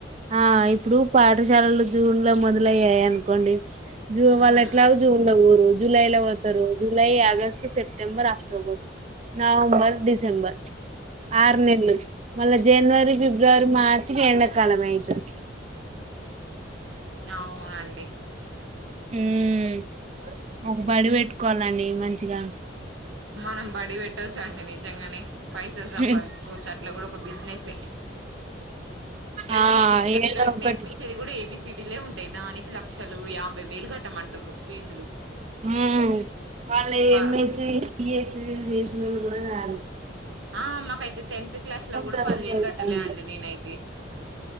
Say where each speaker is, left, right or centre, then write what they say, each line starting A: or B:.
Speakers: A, on the right; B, on the right.
A: ఆ ఇప్పుడు పా పాఠశాలలు జూన్ లో మొదలయ్యాయి అనుకోండి జూ
B: ఉమ్
A: వాళ్ళ ఎట్లాగో జూన్లో పోరు జూలై లో పోతారు. July August September October November December ఆరునెల్లు మల్ల జనవరి ఫిబ్రవరి మార్ ఎండా కాలమైతది
B: అవునండి
A: ఉహ్ ఒక బడి పెట్టుకోవాలండి మంచిగా
B: మనం బడి పెట్ పెట్టచండి నిజంగానే పైసలు సంపాదించుకోవచ్చు
A: హు
B: అట్లా కూడా బతా బిజినెస్ యే ఏముందండి
A: ఆ
B: చిన్న పిల్లలకి
A: ఏదో ఒకటి
B: నేర్పించేది కూడా ఏబీసి సిటీలో యేముంటయ్ దానికి లక్షలు యాబై వేలు కట్టమంటుర్రు ఫీజులు
A: ఆహ్ వాళ్ళు
B: ప
A: ఏం ఇచ్చి ఫీజు రీయింబర్స్‌మెంట్ కుడా రాదు
B: ఆ మాకైతే టెన్త్ క్లాస్ లో కూడా
A: చదువు
B: పదివేలు
A: చదువుకున్నోళ్ళు
B: కట్టలే అండి నేనైతే